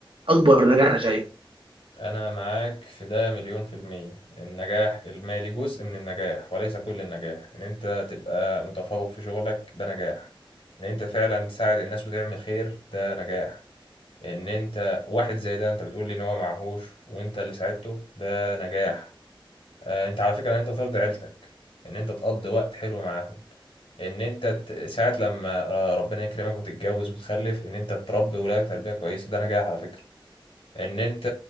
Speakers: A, on the right (about 70°); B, on the left (about 85°).
A: اكبر نجاح انا شايفه
B: أنا معاك في ده مليون في المية النجاح المالي جزء من النجاح وليس كل النجاح إن أنت تبقى متفوق في شغلك ده نجاح إن أنت فعلا تساعد الناس وتعمل خير ده نجاح إن أنت واحد زي ده أنت بتقول لي إن هو معهوش وأنت اللي ساعدته ده نجاح آه، أنت على فكرة إن أنت ترضي عيلتك إن أنت تقضي وقت حلو معاهم إن أنت ت- ساعة لما آه، ربنا يكرمك وتتجوز وتخلف إن أنت تربي ولادك تربية كويسة ده نجاح على فكرة ان انت